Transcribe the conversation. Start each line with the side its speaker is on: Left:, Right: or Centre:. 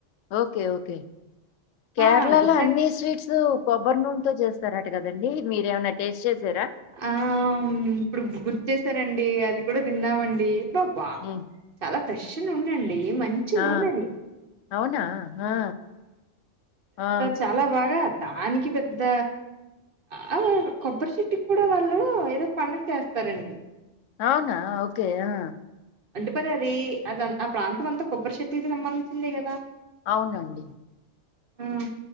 Left: ఓకే ఓకే కేరళలో
Right: ఆ ఒకసారి
Left: అన్ని స్వీట్సు కొబ్బరి నూనెతో చేస్తారా రంట కదండి మీరు ఏమైనా టేస్ట్ చేసారా
Right: ఆ ఇప్పుడు గుర్తు చేసారండి అది కూడా తిన్నామండి బ్బాబ్బా
Left: హ్మ్.
Right: చాలా ఫ్రెష్ నూనండి మంచి
Left: ఆ!
Right: నూనెది
Left: అవునా ఆ ఆ
Right: చాలా బాగా దానికి పెద్ద ఆ వాల్ కొబ్బరి చెట్టికి కూడా వాళ్ళు ఏదో పండుగ చేస్తారండి
Left: అవునా ఓకే ఆ
Right: అంటే పరి అది అద ఆ ప్రాంతం అంతా కొబ్బరి చెట్లకి సంబంధించిందే కదా
Left: అవునండి
Right: ఉం